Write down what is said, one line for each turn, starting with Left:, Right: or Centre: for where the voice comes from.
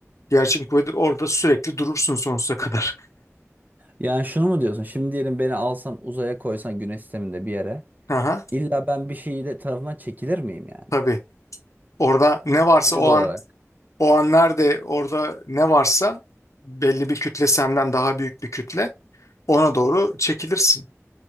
Left: yerçekim kuvvetleri orada sürekli durursun sonsuza kadar.
Right: Yani şunu mu diyorsun? Şimdi diyelim beni alsan uzaya koysan güneş sisteminde bir yere.
Left: <laughs> Aha,
Right: İlla ben bir şeyi de tarafından çekilir miyim yani?
Left: tabii. Orada ne varsa
Right: Vücut
Left: o
Right: olarak.
Left: an o an nerede orada ne varsa belli bir kütle senden daha büyük bir kütle ona doğru çekilirsin.